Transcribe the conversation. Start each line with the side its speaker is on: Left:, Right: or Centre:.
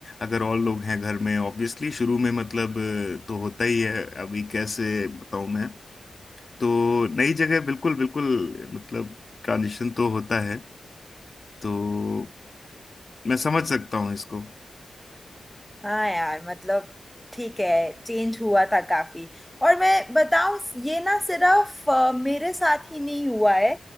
Left: अगर और लोग हैं घर में ऑब्वियसली शुरू में मतलब अ, तो होता ही है अभी कैसे बताऊं मैं तो नई जगह बिल्कुल बिल्कुल मतलब ट्रांजिशन तो होता है तो मैं समझ सकता हूँ इसको
Centre: हाँ यार मतलब ठीक है चेंज हुआ था काफी और मैं बताऊं ये ना सिर्फ अ, मेरे साथ ही नहीं हुआ है